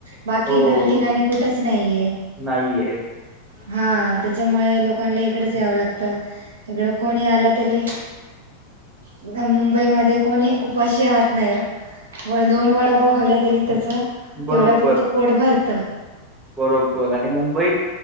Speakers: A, on the right (about 65°); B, on the right (about 15°).
A: बाकी
B: हो
A: इतर ठिकाणी कुठच नाहीये.
B: नाहीये.
A: हा त्याच्यामुळे लोकांना इकडेंच यावं लागतं इकडं कोणी आला तरी मुंबईमध्ये कोणी उपाशी राहत नाही. होय दोन वडापाव खाले तरी त्याच
B: बरोबबर,
A: तेवढ्या पुुरतं पोट भरत
B: बरोबर आणि मुंबईत